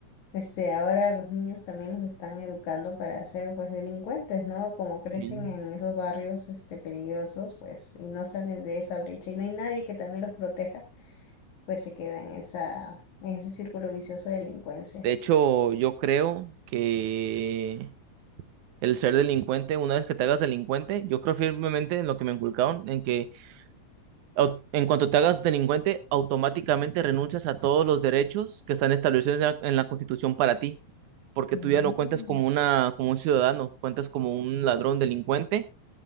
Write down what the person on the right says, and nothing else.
Sí.
De hecho, yo creo que el ser delincuente, una vez que te hagas delincuente, yo creo firmemente en lo que me inculcaron, en que au- en cuanto te hagas delincuente, automáticamente renuncias a todos los derechos que están establecidos en la, en la Constitución para ti, porque
tú ya no cuentas como una, como un ciudadano, cuentas como un ladrón delincuente